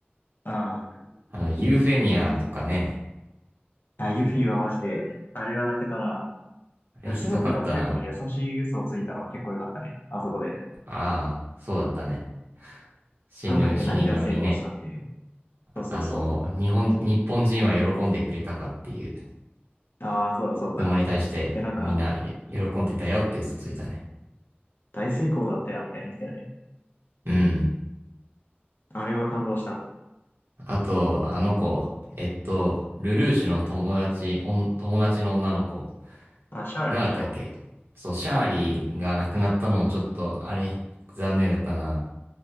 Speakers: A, on the left; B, on the right.
A: うん。
B: あの、ユーフェミアとかね。
A: え、あ、ユフィはマジで、あれは泣けたな。
B: あれひどかったな。
A: スザクが最後に優しい嘘をついたのは結構良かったね。あそこで。
B: ああ、そうだったね。死ぬ、
A: なんだっけ、
B: 死に際にね。
A: 何が成功したっていう。そうそうそ
B: あの、日本、日本人は喜んでくれたかっていう
A: う。ああ、そうだそうだ。
B: 質問に対して、
A: で、なんか、
B: みんな喜んでたよって嘘ついたね。
A: 大成功だったよ、みたいに言ってたよね。
B: うん。
A: あれは感動した。
B: あと、あの子、えっと、ルルーシュの友達、おん友達の女の子。
A: あ、シャーリーでしょ。
B: なんだったっけそう、シャーリーが亡くなったのもちょっと、あれ、残念だったな。